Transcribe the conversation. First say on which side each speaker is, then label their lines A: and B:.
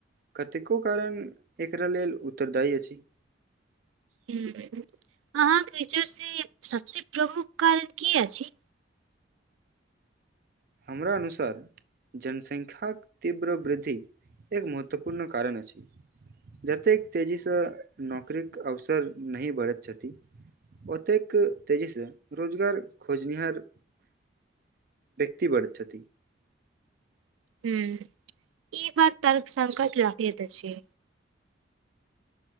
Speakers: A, on the right; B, on the right.
A: कतेको कारण एकरा लेल उत्तरदायी अछि
B: अहाँके विचार सँ सबसे प्रमुख कारण की अछि
A: हमरा अनुसार जनसंख्यक तीव्र वृद्धि एक महत्वपूर्ण कारण अछि जतेक तेजी सँ नौकरीक अवसर नहि बढ़ैत छथि ओतेक तेजी सँ रोजगार खोजनिहार ती बढ़ैत छथि
B: ह ई बात तर्क संकत लागेत अछी